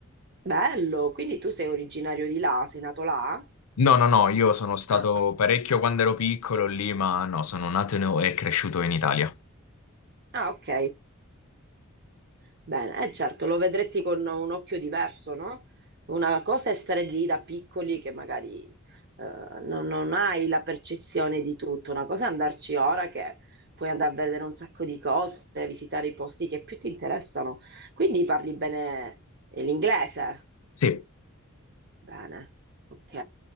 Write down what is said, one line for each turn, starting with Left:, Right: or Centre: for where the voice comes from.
Right: Bello, quindi tu sei originario di là, sei nato là?
Left: No, no, no, io sono stato
Right: Ah,
Left: parecchio quando ero piccolo lì, ma no, sono nato in- e cresciuto in Italia.
Right: ah, ok. Bene, eh, certo, lo vedresti con un occhio diverso, no? Una cosa è stare lì da piccoli che magari eh, non, non hai la percezione di tutto, una cosa è andarci ora che puoi andare a vedere un sacco di cose, visitare i posti che più ti interessano. Quindi parli bene eh, l'inglese?
Left: Sì,
Right: Bene, ok.